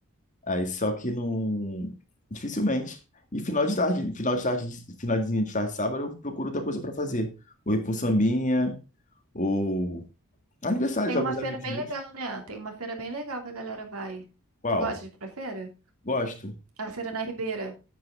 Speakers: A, on the left; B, on the right.
A: Aí, só que não... Dificilmente. E final de tarde, final de tarde, finalzinho de tarde, sábado, eu procuro outra coisa para fazer. Ou ir pra um sambinha, ou... Aniversário
B: Tem
A: de
B: uma
A: alguns
B: feira
A: amigos
B: bem
A: meus.
B: legal, né? Tem uma feira bem legal que a galera vai.
A: Qual?
B: Tu gosta de ir pra feira?
A: Gosto.
B: A feira na Ribeira.